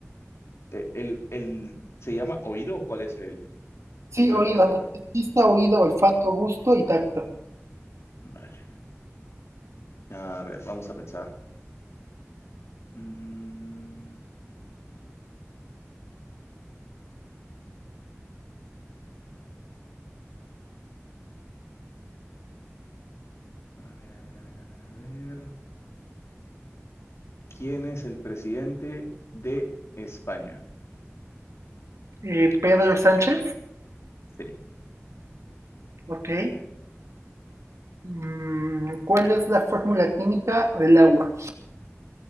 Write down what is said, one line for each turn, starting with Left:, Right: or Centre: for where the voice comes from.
Left: Eh, El, el- ¿se llama oído o cuál es el,
Right: Sí,
Left: el término
Right: oído,
Left: correcto?
Right: vista, oído,
Left: Oído.
Right: olfato, gusto y tacto.
Left: Vale. A ver, vamos a pensar. Mm, a ver, a ver, a ver, a ver, a ver. ¿Quién es el presidente de España?
Right: Eh, Pedro Sánchez,
Left: Sí,
Right: ok. Mm, ¿cuál es la fórmula química del agua?